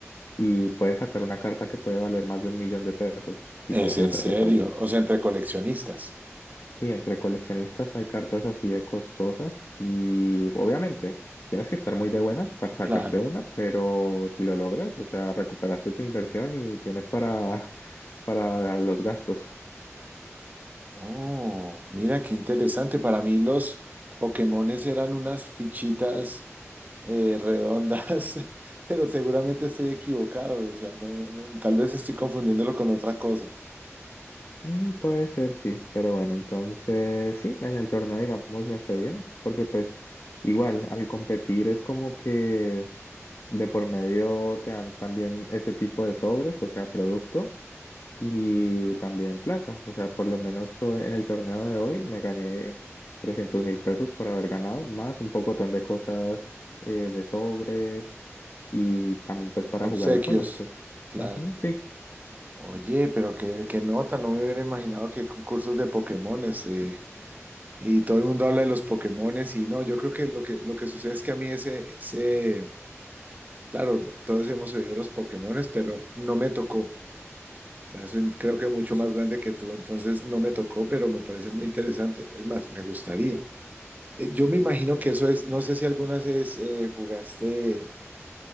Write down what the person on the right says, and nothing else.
Es
en
serio,
o sea, entre coleccionistas.
Claro.
Oh, mira qué interesante. Para mí los Pokémones eran unas fichitas eh, redondas, <laughs> pero seguramente estoy equivocado. O sea, no, no- no, tal vez estoy confundiéndolo con otra cosa.
Obsequios,
claro.
Oye, pero qué, qué nota, no me hubiera imaginado que concursos de Pokémones. eh, y todo el mundo habla de los Pokémones y no, yo creo que lo que, lo que sucede es que a mí ese, ese, claro, todos hemos oído de los Pokémones, pero no me tocó. Ya soy, creo que mucho más grande que tú, entonces no me tocó, pero me parece muy interesante. Es más, me gustaría. Eh, Yo me imagino que eso es, no sé si algunas vez eh, jugaste,